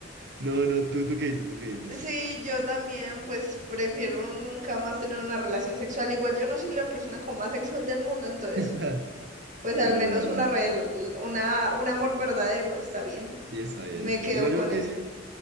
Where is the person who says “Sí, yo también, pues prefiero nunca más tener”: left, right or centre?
Right